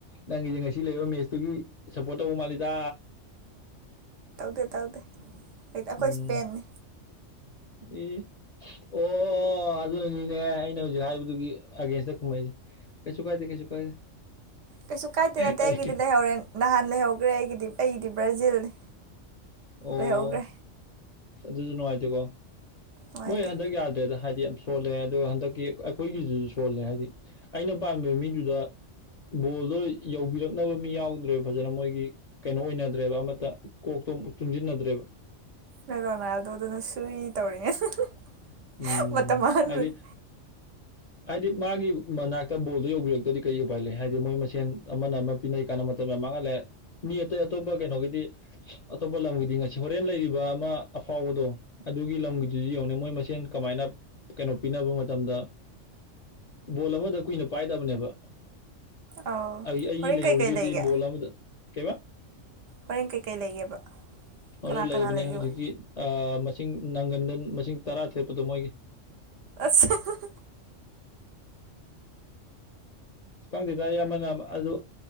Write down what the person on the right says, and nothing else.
ꯇꯧꯗꯦ ꯇꯧꯗꯦ ꯑꯩꯈꯣꯏ
ꯏꯁꯄꯦꯟꯅꯤ
ꯀꯩꯁꯨ ꯀꯥꯏꯗꯦ ꯅꯠꯇꯦ
ꯑꯩꯒꯤꯗꯤ ꯂꯩꯍꯧꯔꯦ ꯅꯍꯥꯟ ꯂꯩꯍꯧꯈ꯭ꯔꯦ ꯑꯩꯒꯤꯗꯤ ꯑꯩꯒꯤꯗꯤ ꯕ꯭ꯔꯥꯖꯤꯜꯅꯤ
ꯂꯩꯍꯧꯈ꯭ꯔꯦ
ꯅꯨꯡꯉꯥꯏꯇꯦ
ꯅꯣꯏ ꯔꯣꯅꯥꯜꯗꯣꯅ ꯁꯨꯏ ꯇꯧꯔꯤꯉꯩꯗ
ꯃꯇꯝ ꯃꯥꯡꯍꯟꯕꯅꯦ
ꯑꯧ
ꯍꯣꯔꯦꯟ
ꯀꯩꯀꯩ ꯂꯩꯒꯦ
ꯍꯣꯔꯦꯟ ꯀꯩꯀꯩ ꯂꯩꯒꯦꯕ
ꯀꯅꯥ
ꯀꯅꯥ ꯂꯩꯒꯦ
ꯍꯣꯔꯦꯟ
ꯑꯁ ꯍꯥꯍꯥ